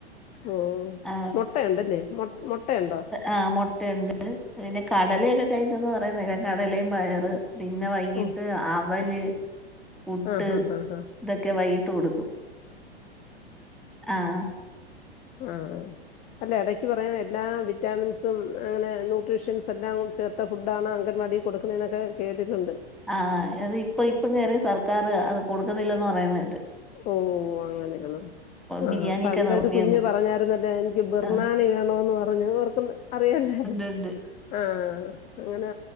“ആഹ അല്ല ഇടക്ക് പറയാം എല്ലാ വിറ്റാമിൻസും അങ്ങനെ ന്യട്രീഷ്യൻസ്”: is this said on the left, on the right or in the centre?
Left